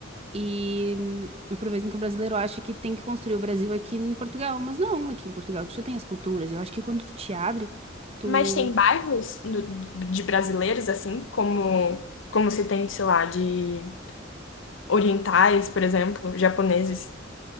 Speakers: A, on the right (about 30°); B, on the left (about 80°).
A: E hum, por vezes então o brasileiro acha que tem que construir o Brasil aqui em Portugal, mas não, aqui em Portugal tu já tem as culturas. Eu acho que quando tu te abre, tu
B: Mas tem bairros no- de brasileiros, assim, como, como se tem, sei lá, de orientais, por exemplo, japoneses.